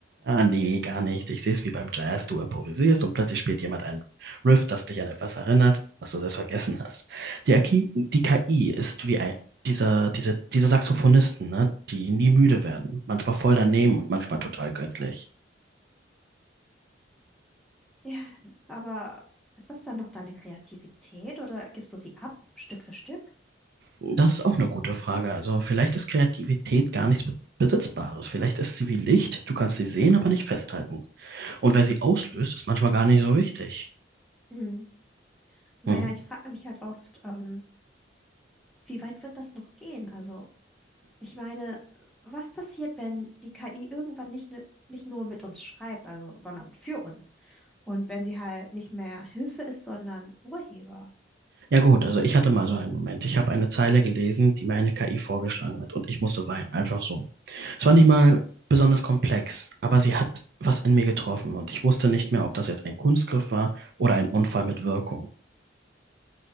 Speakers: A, on the right (about 55°); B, in the centre.
A: Ah, nee, gar nicht. Ich sehe es wie beim Jazz. Du improvisierst und plötzlich spielt jemand ein Riff, das dich an etwas erinnert, was du selbst vergessen hast. Die, Aki, die KI ist wie ein, dieser, diese, diese Saxophonisten, ne? Die nie müde werden. Manchmal voll
B: Mhm.
A: daneben und manchmal total göttlich.
B: Ja, aber ist das dann noch deine Kreativität oder gibst du sie ab, Stück für Stück?
A: Das ist auch eine gute Frage. Also vielleicht ist Kreativität gar nichts Be- Besitzbares. Vielleicht ist sie wie Licht. Du kannst sie sehen, aber nicht festhalten. Und wer sie auslöst, ist manchmal gar nicht so wichtig.
B: Mhm. Naja,
A: Hm.
B: ich frage mich halt oft, ähm, wie weit wird das noch gehen? Also, ich meine, was passiert, wenn die KI irgendwann nicht, ne- nicht nur mit uns schreibt, also, sondern für uns? Und wenn sie halt nicht mehr Hilfe ist, sondern Urheber?
A: Ja gut, also ich hatte mal so einen Moment. Ich habe eine Zeile gelesen, die mir eine KI vorgeschlagen hat und ich musste weinen, einfach so. Es war nicht mal besonders komplex, aber sie hat was in mir getroffen und ich wusste nicht mehr, ob das jetzt ein Kunstgriff war oder ein Unfall mit Wirkung.